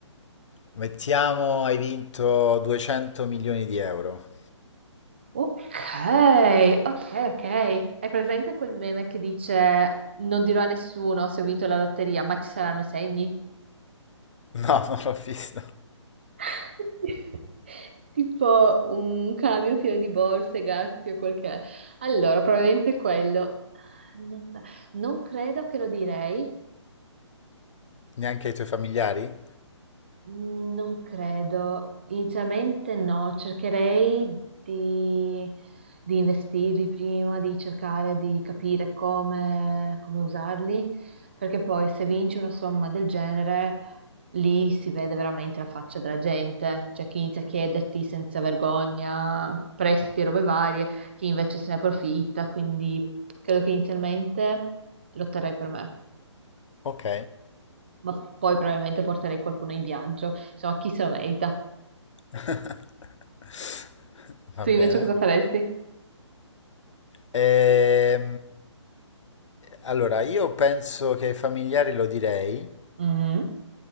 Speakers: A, on the left; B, on the right.
A: Mettiamo hai vinto 200 milioni di euro.
B: Ok, ok, ok. Hai presente quel meme che dice non dirò a nessuno se ho vinto la lotteria, ma ci saranno segni?
A: No, <laughs> non l'ho visto.
B: <laughs> Tipo un camion pieno di borse, gatti o quel che è. Allora, probabilmente quello. Ah, Non so, non credo che lo direi.
A: Neanche i tuoi familiari?
B: Mm, Non credo. Inizialmente no, cercherei di, di investirli prima, di cercare di capire come, come usarli, perché poi se vinci una somma del genere, lì si vede veramente la faccia della gente, cioè chi inizia a chiederti senza vergogna prestiti e robe varie, chi invece se ne approfitta, quindi credo che inizialmente lotterei per me,
A: Ok,
B: ma poi probabilmente porterei qualcuno in viaggio, insomma chi se lo merita.
A: <laughs> va
B: Tu
A: bene.
B: invece cosa faresti?
A: Ehm, allora, io penso che ai familiari lo direi,
B: Mhm.